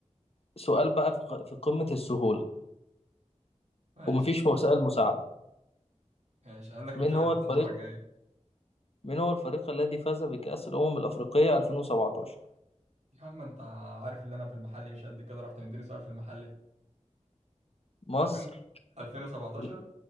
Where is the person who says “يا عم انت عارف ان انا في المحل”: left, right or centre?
Right